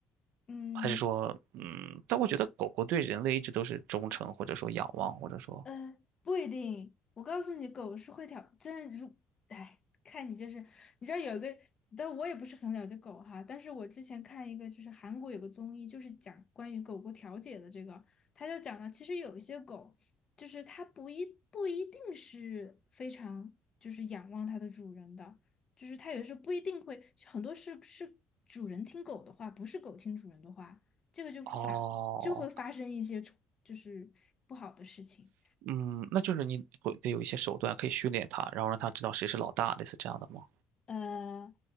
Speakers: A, on the left (about 30°); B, on the right (about 85°).
A: 嗯。
B: 还是说，嗯，但我觉得狗狗对人类一直都是忠诚，或者说仰望，或者说，
A: 呃，不一定。我告诉你，狗是会调真的如，哎，看你就是，你知道有一个，但我也不是很了解狗哈。但是我之前看一个，就是韩国有个综艺，就是讲关于狗狗调解的这个，他就讲到，其实有一些狗，就是它不一不一定是非常就是仰望它的主人的，就是它有时候不一定会，很多是是主人听狗的话，不是狗听主人的话，这个就反了，
B: 哦，
A: 就会发生一些冲就是不好的事情。
B: 嗯，那就是你会得有一些手段可以训练它，然后让它知道谁是老大，类似这样的吗？
A: 呃，